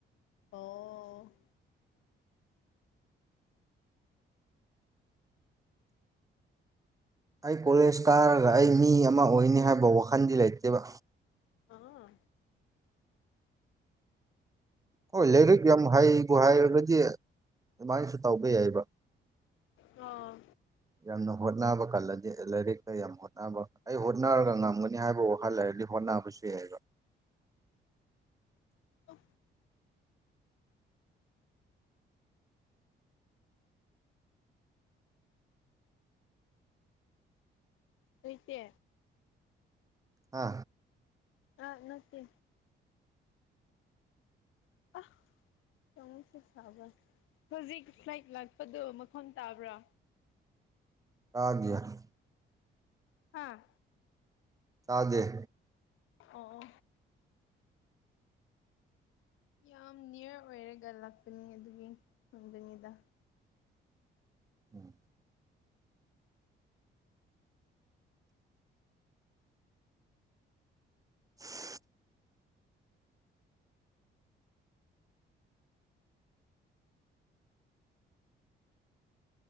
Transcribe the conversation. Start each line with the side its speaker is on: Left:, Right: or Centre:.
Left: ꯑꯣ
Right: ꯑꯩ ꯀꯣꯂꯦꯖ ꯀꯥꯔꯒ ꯑꯩ ꯃꯤ ꯑꯃ ꯑꯣꯏꯅꯤ ꯍꯥꯏꯕ ꯋꯥꯈꯟꯗꯤ ꯂꯩꯇꯦꯕ
Left: ꯑꯥ
Right: ꯍꯣꯏ ꯂꯥꯏꯔꯤꯛ ꯌꯥꯝ ꯍꯩꯕꯨ ꯍꯥꯏꯔꯒꯗꯤ ꯑꯗꯨꯃꯥꯏꯅꯁꯨ ꯇꯧꯕ ꯌꯥꯏꯕ
Left: ꯑꯣ
Right: ꯌꯥꯝꯅ ꯍꯣꯠꯅꯕ ꯀꯜꯂꯗꯤ ꯂꯥꯏꯔꯤꯛꯇ ꯌꯥꯝ ꯍꯣꯠꯅꯕ ꯑꯩ ꯍꯣꯠꯅꯔꯒ ꯉꯝꯒꯅꯤ ꯍꯥꯏꯕ ꯋꯥꯈꯜ ꯂꯩꯔꯗꯤ ꯍꯣꯠꯅꯕꯁꯨ ꯌꯥꯏꯕ
Left: ꯑ ꯍ‌ꯣꯏꯁꯦ
Right: ꯍꯥ
Left: ꯑꯥ ꯅꯠꯇꯦ ꯑ <unintelligible> ꯁꯥꯕꯔ ꯍꯧꯖꯤꯛ ꯐ꯭ꯂꯥꯏꯠ ꯂꯥꯛꯄꯗꯣ ꯃꯈ‌ꯣꯟ ꯇꯥꯕ꯭ꯔꯥ
Right: ꯇꯥꯗꯤꯌ‌ꯦ
Left: ꯍꯥꯥ
Right: ꯇꯥꯗ‌ꯦ
Left: ꯑꯣ ꯌꯥꯝ ꯅꯤꯌꯔ ꯑꯣꯏꯔꯒ ꯂꯥꯛꯄꯅꯤ ꯑꯗꯨꯒꯤ ꯈꯟꯕꯅꯤꯗ
Right: ꯎꯝ <inaudible>